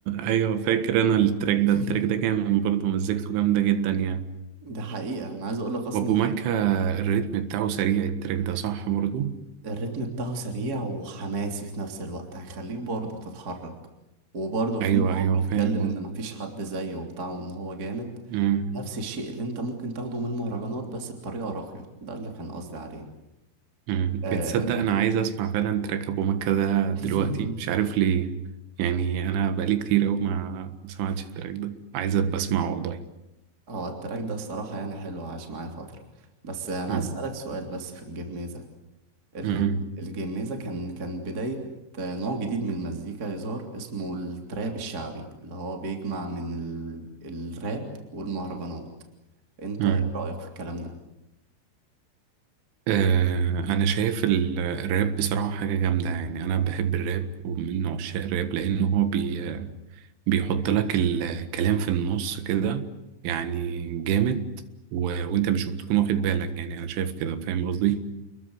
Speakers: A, on the right; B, on the right.
A: ايوه فاكر انا التراك
B: <laughs>
A: ده التراك ده جامد برضه مزيكته جامدة جدا يعني
B: ده حقيقة أنا عايز أقول لك أصلا
A: وابو مكة الريتم بتاعه سريع التراك ده صح برضه
B: الريتم بتاعه سريع وحماسي في نفس الوقت هيخليك برضه تتحرك وبرضه في
A: ايوه
B: ان هو
A: ايوه
B: بيتكلم
A: فاهم
B: ان مفيش حد زيه وبتاع وان هو جامد
A: قصدك
B: نفس الشيء اللي انت ممكن تاخده من المهرجانات بس بطريقة راقية ده اللي كان قصدي عليه
A: مم.
B: آه.
A: بتصدق انا عايز اسمع فعلا تراك ابو مكة ده
B: <laughs>
A: دلوقتي مش عارف ليه يعني انا بقالي كتير قوي ما ما سمعتش التراك ده عايز ابقى اسمعه والله
B: هو التراك ده الصراحة يعني حلو عاش معايا فترة بس انا
A: مم.
B: عايز اسألك سؤال بس في الجيم ميزة ال-
A: مم.
B: الجميزة كان كان بداية نوع جديد من المزيكا يظهر اسمه التراب الشعبي اللي هو بيجمع من ال... الراب والمهرجانات انت
A: مم.
B: ايه رأيك في الكلام ده؟
A: آه انا شايف ال- الراب بصراحة حاجة جامدة يعني انا بحب الراب ومن عشاق الراب لانه هو بي بيحط لك الكلام في النص كده يعني جامد و... وانت مش بتكون واخد بالك يعني انا شايف كده فاهم قصدي